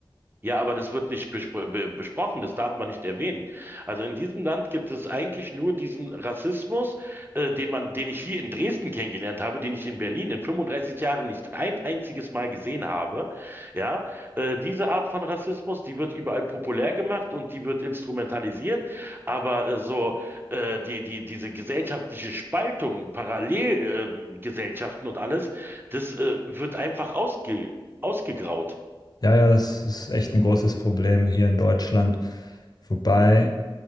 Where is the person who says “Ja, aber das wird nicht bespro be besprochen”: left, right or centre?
Right